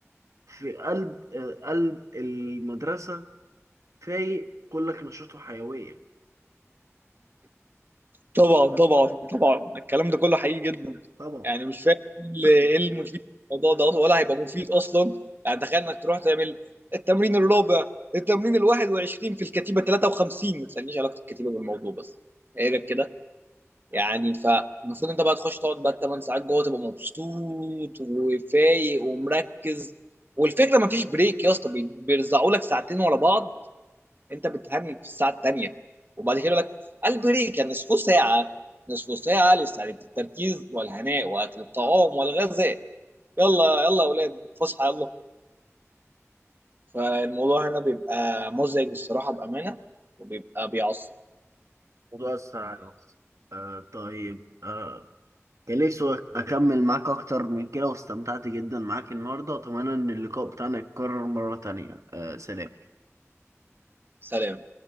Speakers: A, on the right; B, on the right.
A: في قلب آه، قلب المدرسة فايق كلك نشاط وحيوية
B: طبعا طبعا طبعا الكلام ده كله حقيقي جدا
A: طبعا
B: يعني مش فاهم
A: <clears throat>
B: ايه المفيد في الموضوع ده أصلاً، ولا هيبقى مفيد اصلا يعني تخيل انك تروح تعمل التمرين الرابع التمرين ال 21 في الكتيبه 53 ما تسالنيش علاقه الكتيبه بالموضوع بس ايه ده كده يعني فالمفروض انت بقى تخش تقعد بقى 8 ساعات جوه تبقى مبسوط وفايق ومركز والفكره ما فيش بريك يا اسطى بي- بيرزعوا لك ساعتين ورا بعض انت بتهنج في الساعه الثانيه وبعد كده يقول لك البريك يعني نصف ساعه نصف ساعه لاستعاده التركيز والهناء واكل الطعام والغذاء يلا يلا يا اولاد فسحه يلا فالموضوع هنا بيبقى مزعج الصراحه بامانه وبيبقى بيعصب
A: موضوع أثر على نفسي آه طيب آه كان نفسي أكمل معاك أكتر من كده واستمتعت جدا معاك النهاردة وأتمنى إن اللقاء بتاعنا يتكرر مرة تانية آه سلام
B: فسلام